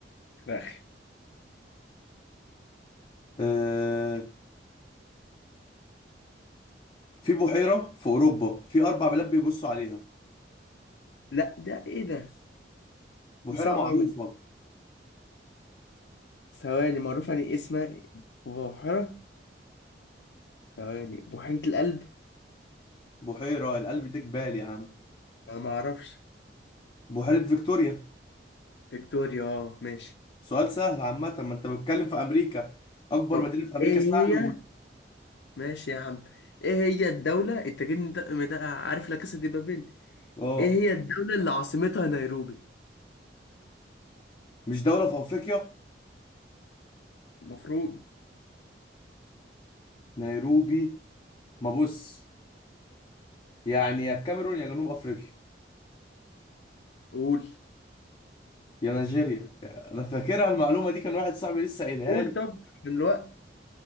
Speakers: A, on the left; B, on the left.
A: رخي
B: أه... في بحيره في اوروبا في اربع بلاد بيبصوا عليها
A: لا ده ايه ده؟
B: بحيره
A: دي صعبة
B: معروفه
A: أوي دي ثواني معروف يعني إيه اسمها بحيرة ثواني بحيرة القلب
B: بحيره القلب ده جبال يا عم
A: أنا ما أعرفش
B: بحيره فيكتوريا
A: فيكتوريا اه ماشي
B: سؤال سهل عامه ما انت بتتكلم في امريكا اكبر
A: طب
B: مدينه في امريكا
A: ايه
B: سهل
A: هي ماشي يا عم ايه هي الدولة التاجين مدقق مدقق عارف لا كاسا دي بابيل
B: اه
A: ايه هي الدولة اللي عاصمتها نيروبي
B: مش دولة في افريقيا
A: المفروض
B: نيروبي ما بص يعني يا الكاميرون يا جنوب افريقيا
A: قول
B: يا نيجيريا يا- انا فاكرها المعلومة دي كان واحد صاحبي لسه قايلها
A: قول
B: لي
A: طب من الوقت